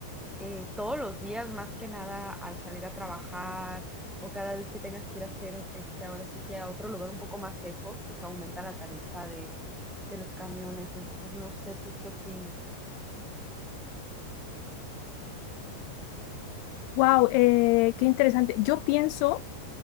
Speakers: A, in the centre; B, on the left (about 80°).
A: eh, todos los días más que nada al salir a trabajar o cada vez que tengas que ir a hacer este ahora sí que a otro lugar un poco más lejos, pues aumenta la tarifa de, de los camiones. Entonces no sé tú qué opines.
B: Wow, qué interesante. Yo pienso